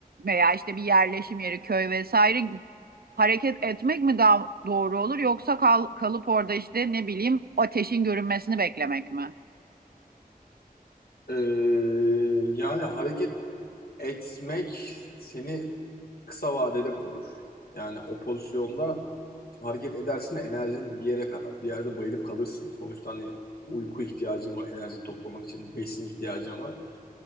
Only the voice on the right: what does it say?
veya işte bir yerleşim yeri köy vesaire hareket etmek mi daha doğru olur yoksa kal- kalıp orada işte ne bileyim ateşin görünmesini beklemek mi?